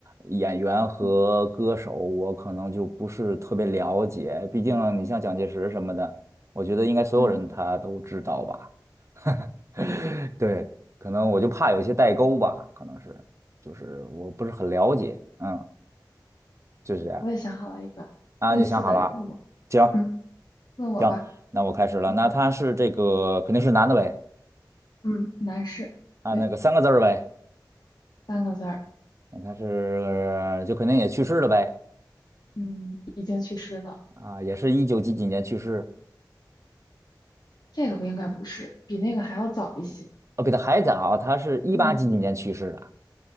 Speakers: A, on the right (about 40°); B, on the left (about 65°).
A: 演员和歌手，
B: 嗯
A: 我可能就不是特别了解。毕竟你像蒋介石什么的，我觉得应该所有人他都知道吧。
B: 嗯，
A: <laughs> 对，可能我就怕有一些代沟吧，可能是，就是我不是很了解。嗯，就是这样。
B: 我也想好了一个类似的人物，
A: 啊，你想好了？行
B: 嗯，问我吧，
A: 行，那我开始了。
B: 嗯
A: 那他是这个肯定是男的呗。
B: 嗯，男士，
A: 啊，
B: 对，
A: 那个三个字儿呗，
B: 三个字儿，
A: 他是就肯定也去世了呗，
B: 嗯，已经去世了。
A: 啊，也是一九几几年去世，
B: 这个不应该不是，比那个还要早一些。
A: 哦，比他还早，他是一八几几年去世的，
B: 嗯